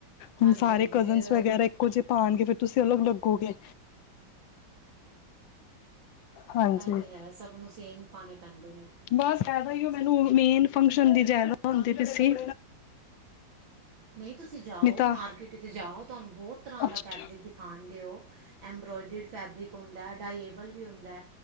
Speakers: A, on the right (about 85°); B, on the left (about 80°).
A: ਹਾਂਜੀ
B: ਹੁਣ ਸਾਰੇ
A: ਹਾਂਜੀ
B: ਕਜ਼ਨ
A: ਫਿਰ ਇਹ
B: ਵਗੈਰਾ ਕੁਝ ਪਾਉਣਗੇ ਫੇਰ ਤੁਸੀਂ ਅਲੱਗ ਲੱਗੋਗੇ। ਹਾਂਜੀ
A: ਐਹ ਤੇ ਹੈ ਸਭ ਨੂੰ ਸੇਮ ਹੀ ਪਾਉਣੇ ਪੈਂਦੇ ਨੇ।
B: ਬਸ ਏਹੋ ਹੀ ਮੈਨੂੰ ਮੇਨ ਫੰਕਸ਼ਨ ਦੀ ਜਿਆਦਾ ਹੁੰਦੀ ਪਈ ਸੀ
A: ਨਹੀਂ ਤੁਸੀਂ ਜਾਓ,
B: ਨਹੀਂ ਤਾਂ
A: ਮਾਰਕੀਟ 'ਚ ਜਾਓ। ਤੁਹਾਨੂੰ ਬਹੁਤ ਤਰ੍ਹਾਂ
B: ਅੱਛਾ
A: ਦਾ ਫੈਬਰਿਕ ਦਿਖਾਉਣਗੇ ਓ ਐਬਰੋਇਡਡ ਫੈਬਰਿਕ ਹੁੰਦਾ ਡਾਇਏਬਲ ਵੀ ਹੁੰਦਾ